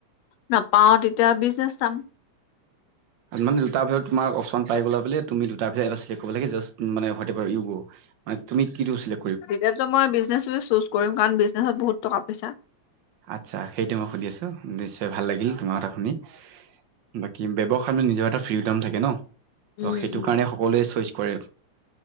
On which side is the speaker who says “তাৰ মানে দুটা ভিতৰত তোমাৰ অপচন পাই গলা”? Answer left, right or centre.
Right